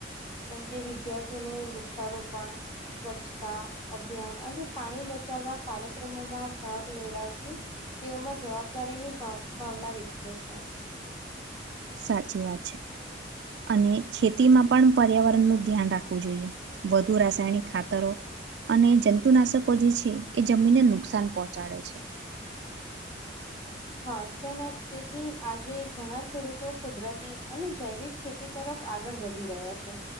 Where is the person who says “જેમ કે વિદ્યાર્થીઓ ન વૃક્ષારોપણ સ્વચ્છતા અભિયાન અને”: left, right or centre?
Left